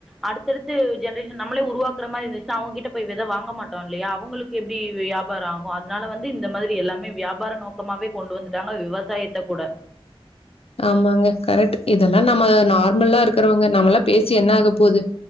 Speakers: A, in the centre; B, on the left.
A: அடுத்தடு ஜென்ரேஷன் நம்மளே உருவாக்குற மாரி இருந்துச்ன்னா அவங்ககிட்ட போய் விதை வாங்க மாட்டோம் இல்லையா அவங்களுக்கு எப்படி வியாபாரம் ஆகும் அதனால வந்து இந்த மாரி எல்லாமே வியாபார நோக்கமாவே கொண்டு வந்துட்டாங்க விவசாயத்தை கூட
B: ஆமாங்க கரெக்ட் இதெல்லாம் மா நார்மலா இருக்கு இருக்கிறவங்க நம்மல்லாம் பேசி என்ன ஆக போது